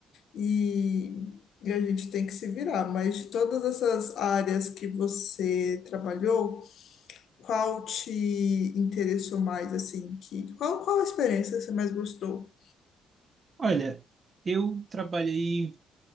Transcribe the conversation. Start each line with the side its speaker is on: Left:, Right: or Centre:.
Left: e, e a gente tem que se virar. Mas de todas essas áreas que você trabalhou, qual te interessou mais, assim, que qual, qual a experiência que você mais gostou?
Right: Olha, eu trabalhei